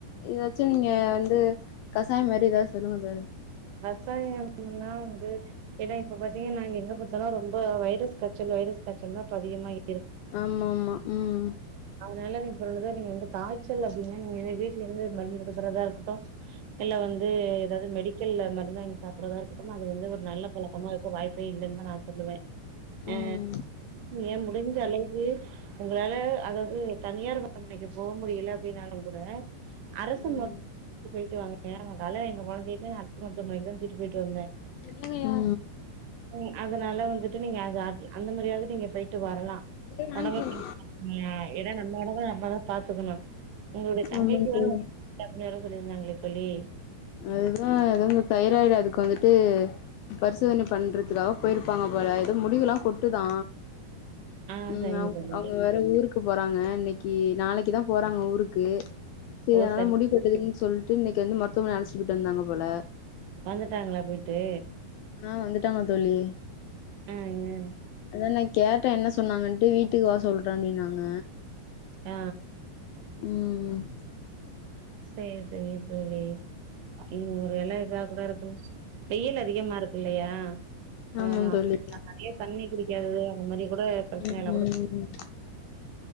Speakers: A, on the left (about 85°); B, on the right (about 70°).
A: இத ச்ச நீங்க வந்து கசாயம் மாரி எதாவது சொல்லுங்க தோழி
B: <unintelligible> வந்து ஏன்னா இப்ப பாத்தீங்கன்னா எங்க பாத்தாலு ரொம்ப வைரஸ் காச்சல் வைரஸ் காச்சல் தா அதிகமாயி
A: ஆமா ஆமா ம்
B: <unintelligible> இந்த காச்சல் அப்டின்ன நீங்க <unintelligible> இருக்கட்டு இல்ல வந்து எதாவது மெடிக் இல்ல அது மட்டுந்தா இங்க சாப்புற மார் இருக்கு ட்டுமா அது வந்து ஒரு நல்ல பழக்கமா இருக்கு வாய்ப்பே இல்லன் நா சொல்லுவ
A: ம்
B: அ ஏ முடிஞ்ச அளவுக்கு உங்களால அதாவது தனியார் மருத்துவமனைக்கு போக முடியில அப்டின்னாலும் கூட அரசு
A: ம்
B: மருத் போயிட் <unintelligible> கால எங்க கொழந்தைக்கு அதுஸ் பத்து மணிக்குதா தூக்கிட்டு போயிட்டு வந்த
A: இல்லங்கயா
B: ம் அதனால வந்துட்டு நீங்க அது ஆட்டி அந்த மாரியாவது நீங்க போயிட்டு வரலா
A: நீங்களே வாங்கிக்கோங்க
B: ஒடம்ப <inaudible> எதோ நம்ம ஒடம்ப நம்மதா பாத்துக்கணும் உங்களுடைய தங்கைக்கு
A: ஆமாங்க
B: வேரு
A: தோழி
B: <unintelligible> சொல்லியிருந்தாங்களே தோழி
A: அதுதா எதாவது தைராய்டு அதுக்கு வந்துட்டு பரிசோதனை பண்றதுக்காக போயிருப்பாங்க போல எதோ முடியெல்லா கொட்டுதா
B: ஆ
A: ம்
B: சரிங்க
A: அவ
B: தோழி.
A: அவங்க வேற ஊருக்கு போறாங்க இன்னிக்கி நாளைக்கிதா போறாங்க ஊருக்கு சேரி
B: ஓ
A: அதனால
B: சரி.
A: முடி கொட்டுதுன் சொல்ட் டு இன்னிக்கி வந்து மொரத் த்துன் நெனச்சுகிட்டு இருந்தாங்க போல
B: வந்துட்டாங்களா போயிட்டு
A: ஆ வந்துட்டாங்க தோழி
B: ஆ, ஆ.
A: அத நை கேட்ட என்ன சொன்னாங்கன்ட்டு வீட்டுக்கு வர சொல்ற அப்டின்னாங்க
B: ஆ
A: ம் ம்
B: சேரி சேரி தோழி இங்க ஒரு வேல இதா கூடா இருக்கலா வெயில் அதிகமா இருக்கு இல்லையா
A: ஆமா
B: ஆஹ் அப்ப
A: தோழி
B: நெறைய தண்ணி குடிக்காது அந்த மாதிரி கூட பிரச்சனை
A: ம்
B: எல்லா கூட
A: ம்